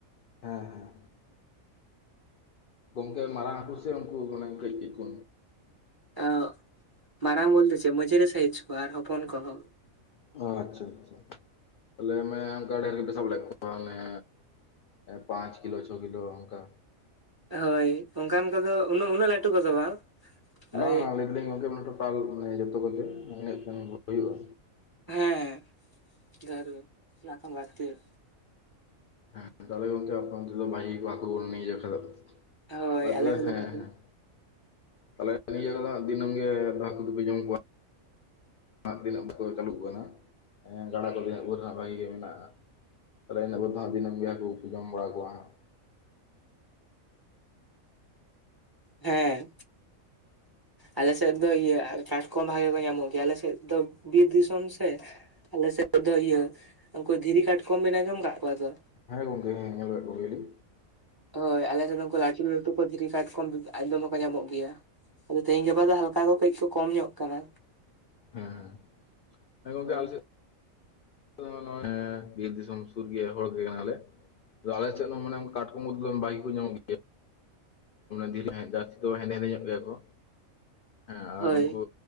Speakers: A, on the left; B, on the right.
A: ᱦᱮᱸ ᱦᱮᱸ᱾ ᱜᱚᱝᱠᱮ ᱢᱟᱨᱟᱝ ᱦᱟᱹᱠᱩ ᱥᱮ ᱩᱱᱠᱩ ᱢᱟᱱᱮ ᱠᱟᱹᱡ ᱠᱟᱹᱡ ᱠᱚ?
B: ᱟᱸᱜ ᱢᱟᱨᱟᱝ ᱵᱚᱞᱛᱮ ᱪᱮᱫ ᱢᱟᱺᱡᱷᱟᱹᱨᱤ ᱥᱟᱭᱤᱡ ᱠᱚ ᱟᱨ ᱦᱚᱯᱚᱱ ᱠᱚᱦᱚᱸ,
A: ᱚ ᱟᱪᱪᱷᱟ ᱟᱪᱪᱷᱟ ᱛᱟᱦᱚᱞᱮ ᱢᱟ ᱟᱰᱤ ᱫᱷᱮᱨ ᱯᱮ ᱥᱟᱵ ᱞᱮᱫ ᱠᱟᱣᱟ ᱢᱟᱱᱮ ᱯᱟᱸᱪ ᱠᱤᱞ ᱪᱷᱚ ᱠᱤᱞ ᱚᱱᱠᱟ,
B: ᱦᱳᱭ ᱚᱱᱠᱟᱱ ᱠᱟᱫᱚ ᱩᱱᱟᱹᱜ ᱩᱱᱟᱹᱜ ᱞᱟᱹᱴᱩ ᱠᱚᱫᱚ ᱵᱟᱝ,
A: ᱵᱟᱝᱟ
B: ᱳᱭ
A: ᱞᱟᱹᱭ ᱫᱟᱞᱤᱧ ᱜᱚᱝᱠᱮ ᱴᱳᱴᱟᱞ ᱢᱟᱱᱮ ᱡᱚᱛᱚ ᱠᱚᱛᱮ ᱤᱱᱟᱜ ᱜᱟᱱ ᱵᱷᱩᱜᱟᱜ ᱦᱩᱭᱩᱜᱼᱟ
B: ᱦᱮᱸ ᱫᱷᱟᱹᱨᱜᱮ ᱦᱚᱞᱟ ᱠᱷᱮᱱ ᱵᱟᱲᱛᱤᱭᱟ᱾
A: ᱦᱮᱸ ᱛᱟᱦᱚᱞᱮ ᱜᱚᱢᱚᱝᱠᱮ ᱟᱯ ᱫᱚ ᱵᱷᱟᱭ ᱠᱚᱠᱩ ᱜ ᱡᱠᱷᱷᱟ ᱫᱚ᱾
B: ᱦᱳᱭ
A: ᱢᱟ
B: ᱟᱞᱮ
A: ᱛᱚᱵᱮ
B: ᱥᱮᱫ
A: ᱦᱮᱸ
B: ᱫᱚ ᱵᱷᱟᱹᱜᱤ
A: ᱦᱮᱸ᱾ ᱛᱟᱦᱚᱞᱮ ᱱᱤᱭᱟᱹ ᱫᱤᱱᱟᱹᱢ ᱜᱮ ᱫᱟᱜ ᱠᱚᱫᱚᱯᱮ ᱡᱚᱢ ᱠᱚᱣᱟ᱾ ᱟᱢᱟᱜ ᱛᱤᱱᱟᱹᱜ <unintelligible> ᱪᱟᱹᱞᱩᱜ ᱠᱟᱱᱟ ᱜᱟᱰᱟ ᱠᱚ ᱛᱤᱱᱟᱹᱜ ᱵᱷᱳᱨ ᱨᱮᱱᱟᱜ ᱵᱷᱟᱜᱤ ᱜᱮ ᱢᱮᱱᱟᱜᱼᱟ ᱛᱟᱦᱚᱞᱮᱱᱟᱹᱵ ᱫᱚᱟ ᱫᱤᱱᱟᱢ ᱜᱮ ᱦᱟᱹᱠᱩ ᱠᱚᱯᱮ ᱡᱚᱢ ᱵᱟᱲᱟ ᱠᱚᱣᱟ ᱦᱟᱸᱜ᱾
B: ᱦᱮᱸ᱾
A: <inaudible>
B: ᱟᱞᱮ ᱥᱮᱫ ᱫᱚ ᱤᱭᱟᱹ ᱠᱟᱴᱠᱚᱢ ᱵᱷᱟᱜᱮ ᱠᱚ ᱧᱟᱢᱚᱜ ᱜᱮᱭᱟ, ᱟᱞᱮ ᱥᱮᱫ ᱫᱚ ᱵᱤᱨ ᱫᱤᱥᱚᱢ ᱥᱮ ᱟᱞᱮ ᱥᱮᱫ ᱫᱚ ᱤᱭᱟᱹ ᱩᱱᱠᱩ ᱫᱷᱤᱨᱤ ᱠᱟᱴᱠᱢ ᱵᱤᱱ ᱟᱡᱚᱢ ᱟᱠᱟᱫ ᱠᱚᱣᱟ ᱛᱚ?
A: ᱦᱮᱸ ᱜᱚᱢᱠᱮ ᱦᱮᱸ ᱧᱮᱞ ᱠᱟᱫ ᱠᱚᱜᱮᱭᱟᱞᱤᱧ᱾
B: ᱦᱳᱭ ᱟᱞᱮ ᱥᱮᱫ ᱩᱱᱠᱩ ᱞᱟᱹᱴᱩ ᱞᱟᱹᱴᱩ ᱠᱚ ᱫᱷᱤᱨᱤ ᱠᱟᱴ ᱠᱚᱚᱢ ᱟᱫᱚᱢ ᱠᱚ ᱧᱟᱢᱚᱜ ᱜᱮᱭᱟ᱾ ᱟᱫᱚ ᱛᱮᱦᱤᱧ ᱜᱟᱯᱟ ᱫᱚ ᱦᱟᱞᱠᱟ ᱠᱚ ᱠᱟᱹᱡ ᱠᱚ ᱠᱚᱢ ᱧᱚᱜ ᱠᱟᱱᱟ᱾
A: ᱦᱮᱸ, ᱦᱮᱸ ᱜᱚᱢᱠᱮ
B: ᱦᱳᱭ
A: ᱟᱞᱮ ᱥᱮᱫ ᱟᱞᱮ ᱱᱚᱜᱼᱚᱭ ᱵᱤᱨ ᱫᱤᱥᱚᱢ ᱥᱩᱨ ᱜᱮ ᱦᱚᱲ ᱜᱮ ᱠᱟᱱᱟᱞᱮ᱾ ᱟᱫᱚ ᱟᱞᱮ ᱥᱮᱫ ᱦᱚᱸ ᱢᱟᱱᱮ ᱠᱟᱴᱠᱚᱢᱚᱫᱚᱛ ᱫᱚ ᱵᱷᱟᱜᱤ ᱠᱚ ᱧᱟᱢᱚᱜ ᱜᱮᱭᱟ᱾ ᱫᱷᱤᱨ ᱡᱟᱹᱥᱛᱤ ᱫᱚ ᱦᱮᱸᱫᱮ ᱦᱮᱸᱫᱮ ᱧᱚᱜ ᱜᱮᱭᱟ ᱠᱚ, ᱦᱮᱸ
B: ᱦᱳᱭ
A: ᱟᱨ ᱩᱱᱠᱩ